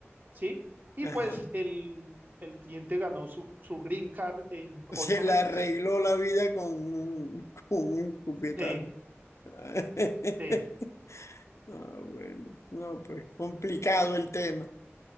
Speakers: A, on the right (about 40°); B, on the left (about 85°).
A: ¿sí? Y
B: ajá.
A: pues el, el cliente ganó su, su green card en ocho
B: Se le
A: meses.
B: arregló la vida con un, con un cupetazo.
A: Sí,
B: <laughs>
A: sí.
B: Ah, bueno, no, pues complicado el tema.